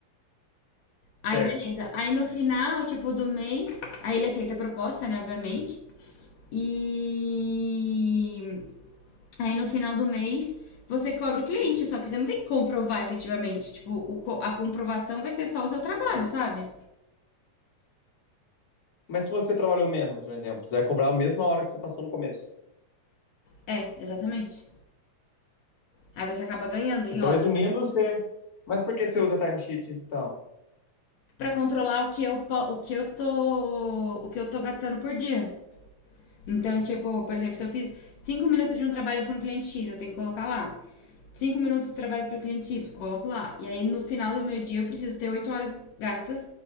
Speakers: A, on the left (about 35°); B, on the left (about 70°).
A: Certo.
B: Aí, beleza. Aí, no final, tipo, do mês, aí ele aceita a proposta, né? Obviamente. E aí no final do mês você cobra o cliente, só que você não tem que comprovar efetivamente. Tipo, o co- a comprovação vai ser só o seu trabalho, sabe?
A: Mas se você trabalhou menos, por exemplo, você vai cobrar a mesma hora que você passou no começo.
B: É, exatamente. Aí você acaba ganhando em
A: Então,
B: hora.
A: resumindo, você. Mas por que você usa timesheet, então?
B: para controlar o que eu o que eu tô o que eu tô gastando por dia. Então, tipo, por exemplo, se eu fiz 5 minutos de um trabalho para um cliente X, eu tenho que colocar lá. cinco minutos de trabalho para o cliente Y, coloco lá. E aí no final do meu dia eu preciso ter oito horas gastas.